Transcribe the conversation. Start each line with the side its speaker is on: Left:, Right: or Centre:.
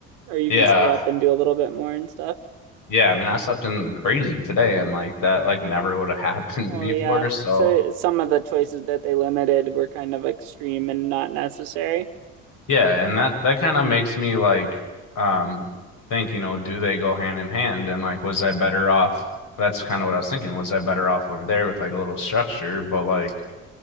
Right: or you
Left: Yeah,
Right: can stay up and do a little bit more and stuff.
Left: yeah. I mean I slept in crazy today, and like that like never would have <laughs> happened
Right: Oh
Left: before,
Right: yeah.
Left: so.
Right: So some of the choices that they limited were kind of extreme and not necessary.
Left: Yeah, and that that kind of makes me like um think, you know, do they go hand in hand? And like, was I better off? That's kind of what I was thinking. Was I better off over there with like a little structure? But like